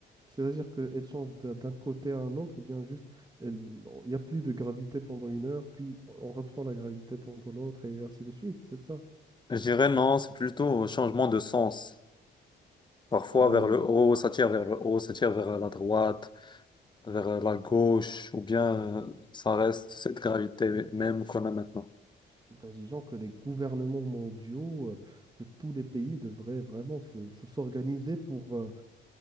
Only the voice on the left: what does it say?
Je dirais non, c'est plutôt un changement de sens. Parfois
vers
le haut, ça tire vers le haut, ça tire vers la droite, vers la gauche, ou bien euh, ça reste cette gravité même qu'on a maintenant.